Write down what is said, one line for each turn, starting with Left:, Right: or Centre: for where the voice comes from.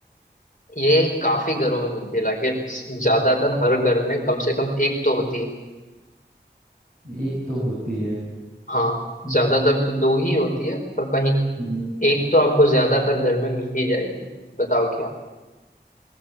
Left: ये काफी घरों में मिलती है लाइक ज्यादातर हर घर में कम से कम एक तो होती है
Right: एक तो होती है
Left: हाँ
Right: हम्म,
Left: ज्यादातर तो दो ही होती है पर कहीं
Right: हम्म,
Left: एक तो आपको ज्यादातर घर में मिल ही जाएगी बताओ क्या